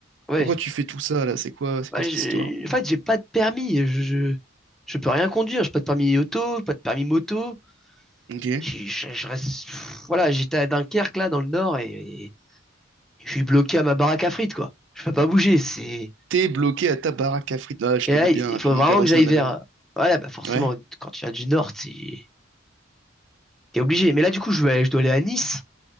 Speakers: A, in the centre; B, on the right (about 70°).
A: ouais.
B: pourquoi tu fais tout ça, là? C'est quoi, c'est
A: Bah,
B: quoi cette
A: j'ai-
B: histoire?
A: en fait, j'ai pas de permis. Je, je, je peux rien conduire. J'ai pas de permis auto, pas de permis moto.
B: Ok.
A: Je, je- je reste, pff, voilà, j'étais à Dunkerque, là, dans le nord, et, et je suis bloqué à ma baraque à frites, quoi. Je peux pas bouger. C'est,
B: T'es bloqué à ta baraque à frites. Là, je
A: et
B: connais
A: là, il
B: bien. hein,
A: faut
B: Puis
A: vraiment
B: mon père aussi,
A: que j'aille
B: il en
A: vers,
B: avait une.
A: voilà, bah, forcément,
B: Ouais.
A: quand tu viens du nord, t'es, t'es obligé. Mais là, du coup, je vais, je dois aller à Nice.